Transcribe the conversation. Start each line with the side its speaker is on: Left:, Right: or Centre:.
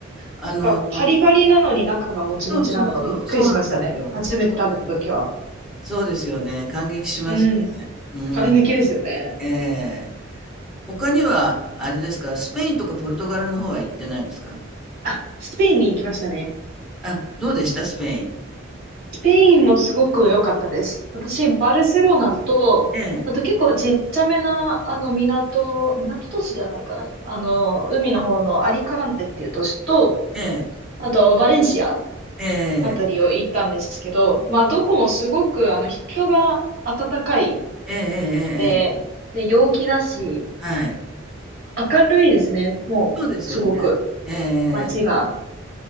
Centre: あの、
Right: が、パリパリなのに中がもちもちなのがびっくりしましたね。
Centre: そうそうそう、そうなんですよ。
Right: 初めて食べた時は。
Centre: そうそう。そうですよね。感激しますよね。
Right: うん。
Centre: うん。
Right: 感激ですよね。
Centre: ええ。他には、あれですか、スペインとかポルトガルの方は行ってないんですか？
Right: あ、スペインに行きましたね。
Centre: あ、どうでした？スペイン。
Right: ペインもすごく良かったです。私、バルセロナと、
Centre: ええ、
Right: あと結構ちっちゃめな、あの、港、港都市じゃないかな。あの、海の方のアリカンテっていう都市と、
Centre: ええ、
Right: あと、バレンシア
Centre: え
Right: あたりを行ったんですけど、
Centre: え、
Right: まあ、どこもすごく、あの、人が温かい
Centre: ええ、ええええええええ。
Right: で、で、陽気だし、
Centre: はい。
Right: 明るいですね。もう、
Centre: そうですよね。
Right: すごく、
Centre: ええええええ
Right: 街が。